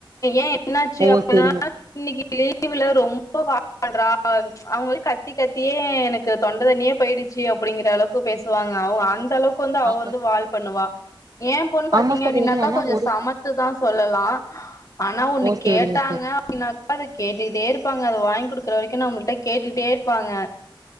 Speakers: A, on the left; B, on the right.
A: ஏன் என்னாச்சு
B: ஓ
A: அப்பன்னா
B: சேரிங்க
A: இன்னைக்கி லீவுல ரொம்போ வால் பன்றா அவுங்கள் கத்தி கத்தியே எனக்கு தொண்ட தண்ணியே போயிடுச் சி அப்புடிங்கிற அளவுக்கு பேசுவாங்க அவ அந்த அளவுக்கு வந்து அவ
B: ஆமா
A: வந்து வால் பண்ணுவா ஏன் பொண் பாத்தீங்க
B: ஆமா சகோதரி
A: அப்புடின்னாக்கா
B: ஆனா
A: கொஞ்சோ
B: ஒரு
A: சமத்துதா சொல்லலா ஆனா ஒன்னு
B: ஓ சேரிங்க
A: கேட்டாங்க
B: ச
A: அப்புடினாக்கா அத கேட்டுக்கிட்டே இருப்பாங்க அத வாங்கி குடுக்குற வரைக்கு நம்முல்ட கேட்டுட்டே இருப்பாங்க